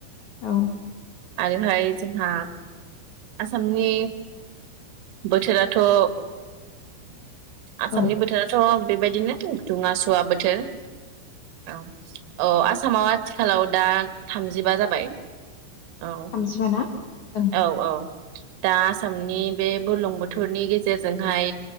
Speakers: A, on the left; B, on the right.
A: औ।
B: आरोहाय जोंहा आसामनि बोथोराथ' ओ आसामनि
A: औ
B: बोथोराथ' बेबायदिनो दुङासुङा जा बोथोर औ। औ आसामाव आथिखालाव दा थामजिबा जाबाय औ
A: थामजिबा ना ओं
B: औ औ दा आसामनि बे बलुं बोथोरनि गेजेरजोंहाय